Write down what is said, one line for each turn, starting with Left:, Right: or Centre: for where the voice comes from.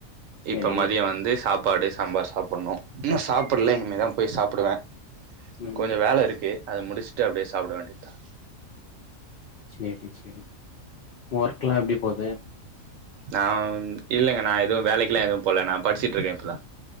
Left: சேரி
Right: இப்ப மதியொ வந்து சாப் சாப்பாடு சாம்பார் சாப்பண்னு இன்னு சாப்படல
Left: ம்
Right: இனிமே தா போய் சாப்டுவே
Left: ம்
Right: கொஞ்சொ வேல இருக்கு அத முடுஸ்ட்டு அப்டியே சப்ட வேண்டிதா
Left: சேரி சேரி ஒர்க்ல்லா எப்டி போது
Right: நா வந்து இல்லங்க நா எதுவு வேலைக்கல்லா எதுவு போல நா படுச்சுட் இருக்கே இப்பதா